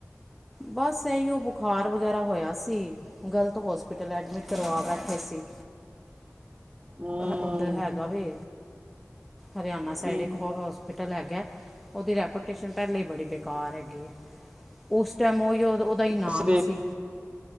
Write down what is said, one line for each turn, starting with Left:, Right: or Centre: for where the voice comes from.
Centre: ਬਸ ਇਹੀ ਉਹ ਬੁਖਾਰ ਵਗੈਰਾ ਹੋਇਆ ਸੀ। ਗ਼ਲਤ ਹੋਸਪਿਟਲ ਐਡਮਿਟ ਕਰਵਾ ਬੈਠੇ ਸੀ।
Right: ਹਮ
Centre: ਉੱਧਰ ਹੈਗਾ ਵੀ ਹਰਿਆਣਾ ਸਾਈਡ
Right: ਹਮ
Centre: ਇੱਕ ਹੋ, ਹੋਸਪੀਟਲ ਹੈਗਾ, ਉਹਦੀ ਰੈਪੋਟੇਸ਼ਨ ਪਹਿਲੇ ਹੀ ਬੀ ਬੇਕਾਰ ਹੈਗੀ ਹੈ। ਉਸ ਟਾਈਮ ਉਹਹੀ ਉਹਦਾ ਇਨਾਮ
Right: ਤੁਸੀਂ ਦੇ
Centre: ਸੀ।